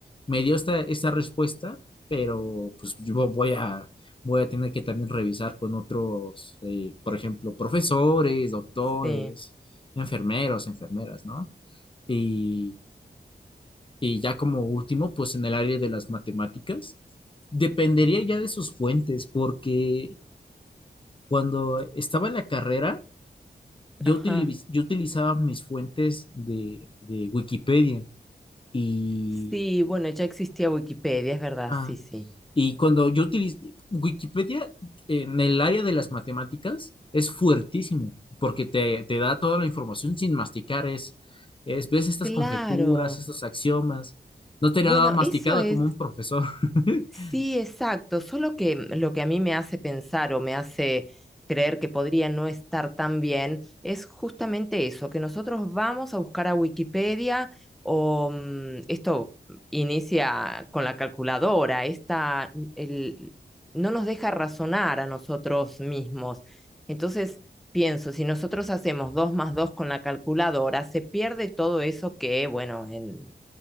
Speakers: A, on the left (about 30°); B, in the centre.
A: me dio esta, esta respuesta, pero pues yo voy a, voy a tener que también revisar con otros, eh, por ejemplo, profesores, doctores,
B: Sí,
A: enfermeros, enfermeras, ¿no? Y, y ya como último, pues en el área de las matemáticas, dependería ya de sus fuentes, porque cuando estaba en la carrera, yo,
B: ajá.
A: utiliz- yo utilizaba mis fuentes de, de Wikipedia y,
B: Sí, bueno, ya existía Wikipedia, es verdad,
A: ah,
B: sí, sí.
A: y cuando yo utilizo Wikipedia en el área de las matemáticas es fuertísimo porque te, te da toda la información sin masticar, es, es, ves estas
B: Claro.
A: conjeturas, estos axiomas, no te
B: Bueno,
A: la da masticado
B: eso es
A: como un profesor. <laughs>
B: Sí, exacto. Solo que mm, lo que a mí me hace pensar o me hace creer que podría no estar tan bien es justamente eso, que nosotros vamos a buscar a Wikipedia o mm, esto inicia con la calculadora, esta, mm, el, no nos deja razonar a nosotros mismos. Entonces, pienso, si nosotros hacemos dos más dos con la calculadora, se pierde todo eso que, bueno, en